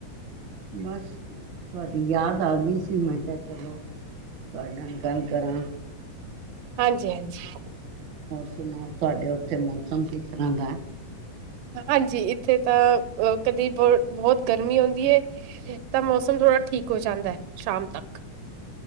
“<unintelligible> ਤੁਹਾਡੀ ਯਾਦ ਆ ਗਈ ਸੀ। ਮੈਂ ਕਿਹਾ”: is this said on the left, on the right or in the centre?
Right